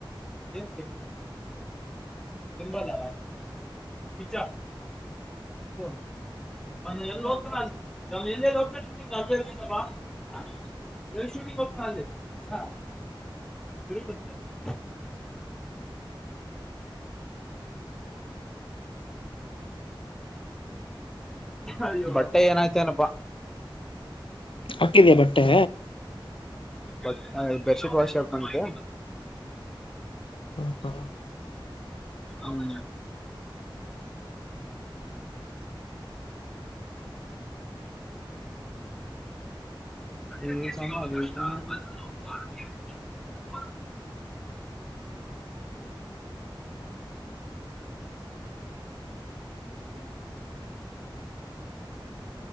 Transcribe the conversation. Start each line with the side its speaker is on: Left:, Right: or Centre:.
Centre: ಏನ್ ಕೇಳ್ದ? ಇಲ್ವಲ್ಲ ಕಿಚ್ಚ ಫೋನ್ ಅವ್ನ್ ಎಲ್ ಹೋಗ್ತಾನಲ್ ಅವ್ನ್ ಎಲ್ಲೆಲ್ ಹೋಗ್ತಾನ್ ಶೂಟಿಂಗ್ ಅಲ್ <unintelligible> ಅ ಎಲ್ ಶೂಟಿಂಗ್ ಹೋಗ್ತಾನಲ್ಲಿ ಅ <unintelligible> ಅಯ್ಯೋ ಬಟ್ಟೆ ಏನಾಯ್ತ್ ಏನಪ್ಪಾ?
Left: ಹಾಕಿದ್ಯಾ ಬಟ್ಟೆ?
Centre: ಬಟ್ ಆ ಇಲ್ ಬೆಶೀಟ್ ವಾಶ್ ಹಾಕುವಂತೆ
Left: <unintelligible>
Centre: ಹ್ಮ್
Left: <inaudible>
Centre: ಏ ಸಮ <unintelligible>